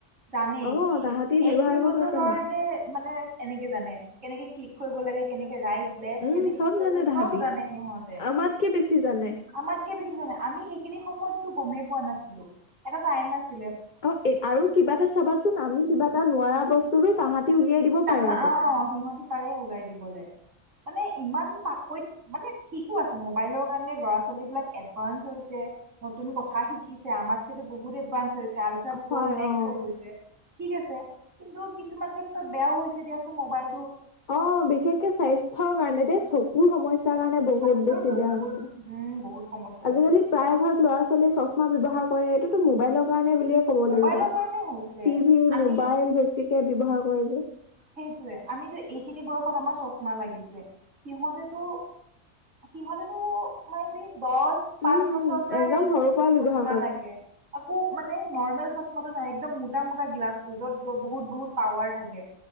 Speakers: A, on the right; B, on the left.
A: জানে
B: অ
A: কি
B: তাহাঁতি ব্যৱহাৰ
A: এক দুই বছৰ
B: কৰিব জানে
A: ল'ৰা এতে মানে এনেকে জানে কেনেকে ক্লিক কৰিব লাগে কেনেকে ৰাইট লেফ্
B: উম
A: কেনেকে
B: চব
A: কি কৰিব
B: জানে তাহাঁতি
A: চব জানে সিহঁতে।
B: আমাতকে বেছি জানে
A: আমাতকে বেছি জানে, আমি সেইখিনি সময়তো গমেই পোৱা নাছিলো, এটা টাইম আছিল
B: অ এ আৰু কিবা এটা চাবাচোন আমি কিবা এটা নোৱাৰা বস্তু তাহাঁতি উলিয়াই দিব
A: ত
B: পাৰে
A: অ
B: আকৌ
A: সিহঁতি পাৰে ওলাই দিবলৈ। মানে ইমান পাকৈত মানে ঠিকো আছে মোবাইলৰ কাৰণে ল'ৰা ছোৱালীবিলাক এডভান্স হৈছে। নতুন কথা শিকিছে, আমাৰছেটো বহুত এডভাঞ্চ। হৈছে, আলট্ৰা প্ৰ
B: হয়
A: মেক্স
B: অ
A: হৈ গৈছে, ঠিক আছে কিন্তু কিছুমান ক্ষেত্ৰত বেয়াও হৈছে দিয়াচোন মোবাইল
B: অ বিশেষকে স্বাস্থ্যৰ কাৰণে দেই চকুৰ সমস্যাৰ কাৰণে। মানে বহুত
A: চকুৰ
B: বেছি
A: বহুত
B: বেয়া হৈছে।
A: উম বহুত সমস্যা
B: আজিকালি
A: হৈছে
B: প্ৰায় ভাগ ল'ৰা ছোৱালীয়ে চশমা ব্যৱহাৰ কৰে, এইটোতো মোবাইলক ৰ কাৰণে বুলিয়ে ক ব
A: মোবাইলৰ
B: লাগিব,
A: কাৰণে হৈছে
B: টি ভী,
A: আমি
B: মোবাইল বেছিকে ব্যৱহাৰ কৰে যে।
A: সেইটোৱে আমিতো এইখিনি বয়সত আমাৰ চশমা লাগিছে, সিহঁতেতো সিহঁতেতো মাই বি দহ পাঁচ
B: উম
A: বছৰৰ
B: উম
A: পৰাই
B: একদম সৰু পৰাই
A: চচমা
B: ব্যৱহাৰ কৰে।
A: লাগে, তাকো মানে নৰ্মেল। চশমাটো নাই একদম মোটা মোটা গ্লাছটো যত বহুত বহুত পাৱাৰ থাকে।